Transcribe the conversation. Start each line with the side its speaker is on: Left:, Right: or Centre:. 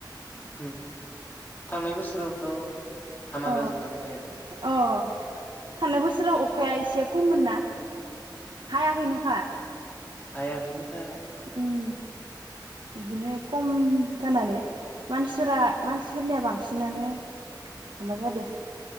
Left: उम थांनाय बोसोरावथ' हामा
Right: अ
Left: जाजोबदों माइया
Right: अ थांनाय बोसोराव अखाया एसे खममोन ना हायाखैनो खा
Left: हायाखैनो खा
Right: उम बिदिनो खम जानानै मानसिफोरा मानसिफोरनिया बांसिनानो माबा जादों